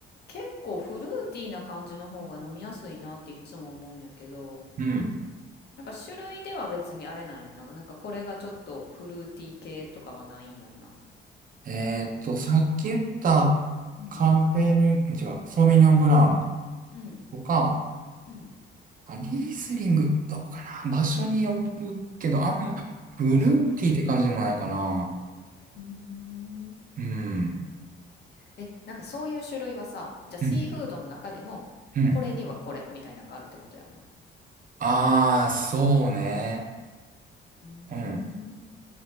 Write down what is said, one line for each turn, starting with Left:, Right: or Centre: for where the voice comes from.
Left: 結構フルーティーな感じの方が飲みやすいなっていつも思うんやけど、
Right: うん。
Left: なんか種類では別にあれなんやな。なんかこれがちょっとフルーティー系とかはないんやんな。
Right: えーっと、さっき言った
Left: うん。
Right: カーベル、違う、ソーヴィニョンブラン
Left: うん。
Right: とか、
Left: うん。
Right: あ、リースリング、どうかな。場所によるけど、あんま、
Left: ああ、
Right: フルーティーって感じでもないかな。
Left: そっか。うーん。
Right: うん。
Left: え、なんかそういう種類はさ、じゃあシーフードの中でも、
Right: うん。うん。
Left: これにはこれみたいなのがあるってことやんな。
Right: あー、そうね。
Left: うー
Right: うん。
Left: ん。